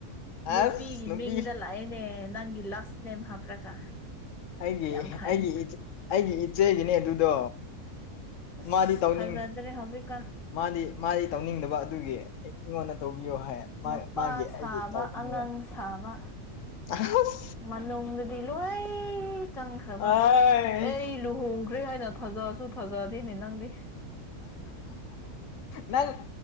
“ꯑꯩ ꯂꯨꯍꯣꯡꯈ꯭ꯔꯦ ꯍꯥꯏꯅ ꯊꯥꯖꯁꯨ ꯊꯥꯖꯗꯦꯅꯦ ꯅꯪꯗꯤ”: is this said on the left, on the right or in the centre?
Centre